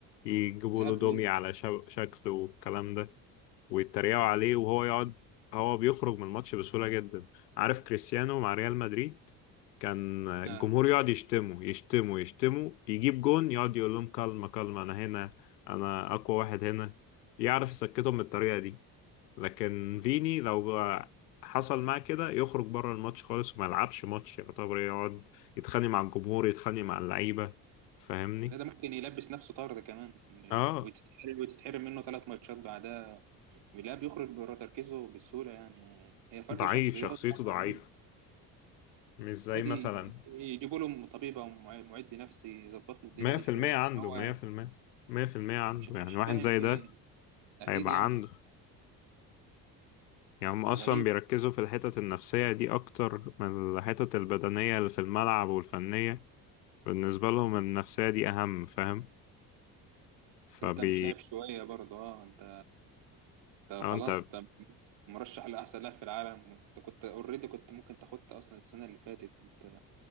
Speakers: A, on the left; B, on the right.
A: يجيبوا
B: الاب
A: له دومي
B: إيه؟
A: على شب- شكله والكلام ده ويتريقوا عليه وهو يقعد هو بيخرج من الماتش بسهولة جدا عارف كريستيانو مع ريال مدريد كان الجمهور
B: آه.
A: يقعد يشتمه يشتمه يشتمه يجيب جون يقعد يقول لهم كلمة كلمة أنا هنا أنا أقوى واحد هنا يعرف يسكتهم بالطريقة دي لكن فيني لو حصل معاه كده يخرج بره الماتش خالص وما يلعبش ماتش يعتبر يقعد يتخانق مع الجمهور يتخانق مع اللعيبة فاهمني؟
B: لا ده ممكن يلبس نفسه طرد كمان يعني
A: اه
B: وتتحرم وتتحرم منه ثلاث ماتشات بعدها لا بيخرج بره تركيزه بسهوله يعني هي فرق
A: ضعيف
B: شخصيات
A: شخصيته ضعيفة
B: طبعا
A: مش زي
B: المفروض
A: مثلا
B: ي- يجيبوا له طبيب او مع- معد نفسي يظبط له الدنيا
A: مية
B: دي
A: في
B: شويه
A: المية عنده
B: لان هو
A: مية في المية مية في المية
B: مش
A: عنده
B: مش
A: يعني واحد
B: فاهم
A: زي
B: في
A: ده
B: ايه اكيد
A: هيبقى
B: يعني
A: عنده يعني هم
B: اصل
A: أصلا
B: غريب
A: بيركزوا في الحتت النفسية دي أكتر من الحتت البدنية اللي في الملعب والفنية بالنسبة لهم النفسية دي أهم فاهم فبي
B: بس انت مش لاعب شويه برضه اه انت انت
A: أو
B: خلاص
A: أنت
B: انت مرشح لاحسن لاعب في العالم انت كنت اوريدي كنت ممكن تاخدت اصلا السنه اللي فاتت انت